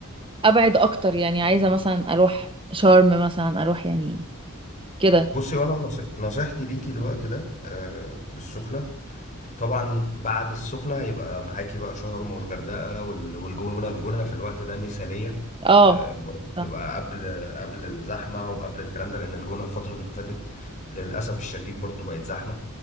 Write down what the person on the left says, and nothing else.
بصي وأنا نص- نصيحتي ليكي الوقت ده آه، بالسخنة طبعا بعد السخنة يبقى معاكي بقى شرم والغردقة وال- والجونة الجونة في الوقت ده مثالية
آه، برضه بتبقى
قبل قبل الزحمة وقبل الكلام ده لأن الجونة الفترة اللي فاتت للأسف الشديد برضه بقت زحمة